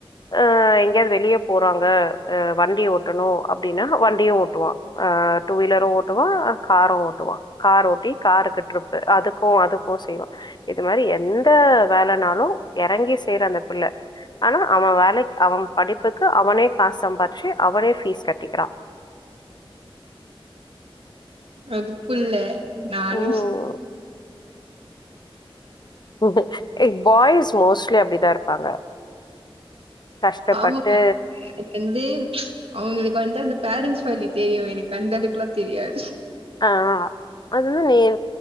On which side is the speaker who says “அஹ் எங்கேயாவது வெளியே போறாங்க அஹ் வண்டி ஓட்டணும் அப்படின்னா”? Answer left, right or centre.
Left